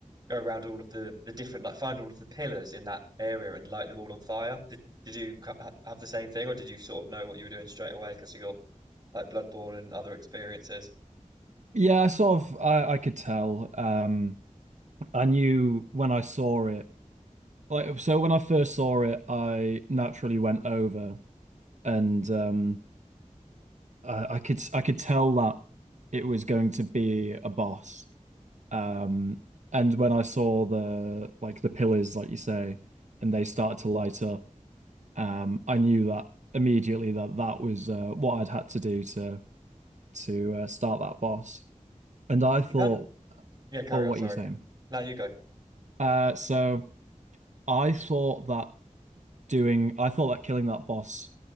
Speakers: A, on the right; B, on the right.
A: go around all of the the different like find all of the pillars in that area and light them all on fire. Did did you ha- have the same thing, or did you sort of know what you were doing straight away because of your like Bloodborne and other experiences?
B: Yeah, I sort of I, I could tell. Um I knew when I saw it. Like so when I first saw it, I naturally went over and um I, I could I could tell that it was going to be a boss. Um and when I saw the like the pillars, like you say, and they started to light up. Um, I knew that immediately that that was uh, what I'd had to do to to uh, start that boss. And I thought,
A: It kind Yeah, carry
B: oh, what
A: on, sorry.
B: are you saying?
A: No, you go.
B: Uh, so I thought that doing, I thought that killing that boss